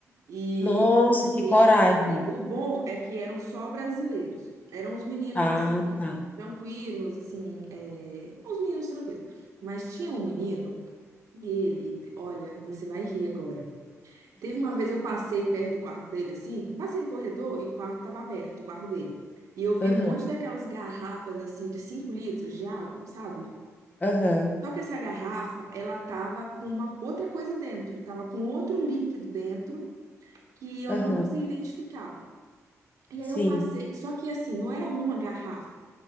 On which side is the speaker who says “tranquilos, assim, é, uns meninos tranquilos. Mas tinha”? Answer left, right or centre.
Right